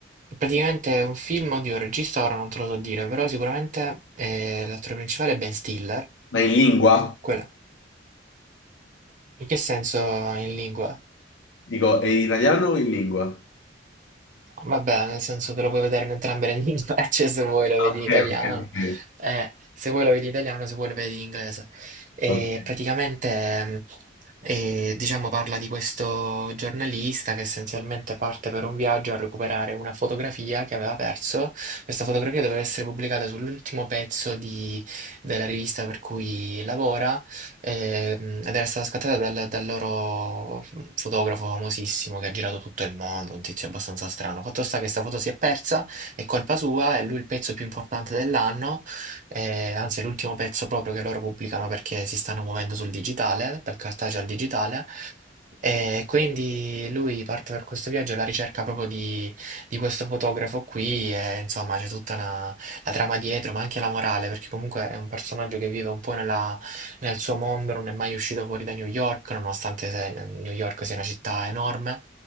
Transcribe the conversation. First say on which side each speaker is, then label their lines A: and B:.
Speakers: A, on the right (about 40°); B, on the left (about 70°).
A: praticamente è un film, oddio, il regista ora non te lo so dire, però sicuramente eh, l'attore principale è Ben Stiller.
B: Ma in lingua?
A: Quello. In che senso in lingua?
B: Dico, è in italiano o in lingua?
A: Vabbè, nel senso te lo puoi vedere in entrambe le lingue, <laughs> cioè se vuoi lo vedi
B: Ok,
A: in italiano,
B: ok,
A: eh, se vuoi lo vedi in italiano, se vuoi lo vedi in inglese. E
B: ok. ok.
A: praticamente, mh, eh, diciamo, parla di questo giornalista che essenzialmente parte per un viaggio a recuperare una fotografia che aveva perso. Questa fotografia doveva essere pubblicata sull'ultimo pezzo di- della rivista per cui lavora Ehm, ed era stata scattata dal, dal loro f- fotografo famosissimo che ha girato tutto il mondo, un tizio abbastanza strano. Fatto sta che sta foto si è persa, è colpa sua, è lui il pezzo più importante dell'anno, eh, anzi è l'ultimo pezzo proprio che loro pubblicano perché si stanno muovendo sul digitale, dal cartaceo al digitale. E quindi lui parte per questo viaggio alla ricerca proprio di, di questo fotografo qui e insomma c'è tutta una- la trama dietro, ma anche la morale, perché comunque è un personaggio che vive un po' nella- nel suo mondo, non è mai uscito fuori da New York, nonostante se- New York sia una città enorme.